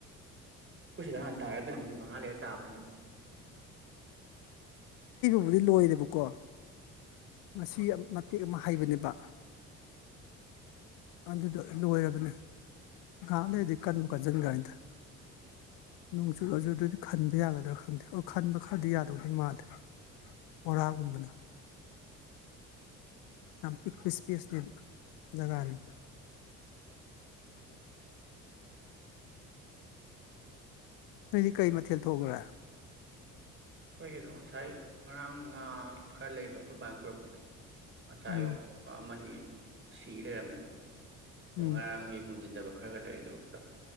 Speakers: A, on the right; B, on the left.
A: ꯈꯣꯢꯁꯤꯗ ꯍꯥꯟ ꯇꯥꯔꯗꯤ ꯃꯤꯅꯠ ꯃꯉꯥ ꯂꯩꯔ ꯇꯥꯕꯅꯦ ꯑꯗꯨꯝ
B: ꯂꯣꯏ ꯂꯣꯏꯔꯦꯕꯀꯣ ꯉꯁꯤ ꯃꯇꯦꯛ ꯑꯃ ꯍꯥꯏꯕꯅꯦꯕ ꯑꯗꯨꯗꯣ ꯂꯣꯏꯔꯕꯅꯤ ꯉꯍꯥꯛ ꯂꯩꯔꯗꯤ ꯀꯟꯕꯨ ꯀꯟꯁꯤꯟꯈ꯭ꯔꯅꯤꯗ ꯅꯣꯡꯆꯨꯔꯁꯨ ꯑꯗꯨꯗꯤ ꯈꯟꯕ ꯌꯥꯒꯗ꯭ꯔꯥ ꯈꯪꯗꯦ ꯈꯟꯕ ꯈꯔꯗꯤ ꯌꯥꯗꯧꯗꯤ ꯃꯥꯜꯂꯦ ꯕꯣꯔꯥꯒꯨꯝꯕ ꯌꯥꯝ ꯄꯤꯛꯄ ꯢꯁꯄꯦꯁꯅꯦꯕ ꯖꯒꯥꯅꯤ ꯅꯣꯏꯗꯤ ꯀꯩ ꯃꯊꯦꯜ ꯊꯣꯡꯈ꯭ꯔꯦ
A: ꯑꯩꯈꯣꯏ ꯒꯤꯗꯣ ꯉꯁꯥꯏ ꯉꯔꯥꯡ ꯉꯥ ꯈꯔ ꯂꯩꯕ ꯑꯩꯈꯣꯏ ꯕꯅꯥ ꯄꯨꯔꯛꯄꯗ ꯃꯆꯥꯌꯣꯛꯄ
B: ꯎꯝ
A: ꯑꯃ ꯅꯤ ꯁꯤꯂꯩꯔꯝꯃꯦ ꯇꯣ
B: ꯎꯝ
A: ꯉꯔꯥꯡꯒꯤ ꯃꯨꯟꯖꯟꯗꯕ ꯈꯔ ꯈꯔ ꯂꯩ ꯑꯗꯨ ꯄꯨꯂꯞ